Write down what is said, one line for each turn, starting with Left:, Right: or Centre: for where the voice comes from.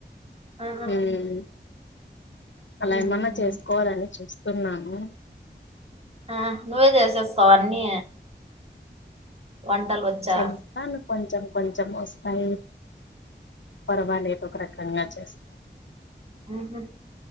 Right: ఆహా
Left: హమ్ అలా
Right: ఉమ్.
Left: ఏమన్నా చేసుకోవాలని చూస్తున్నాను
Right: ఆ నువ్వే చేసేస్తావ అన్నీ వంటలు వచ్చా
Left: చేస్తాను కొంచెం కొంచెం వస్తాయి పర్వాలేదు ఏదో ఒక రకంగా చేస్తా
Right: ఉహూ.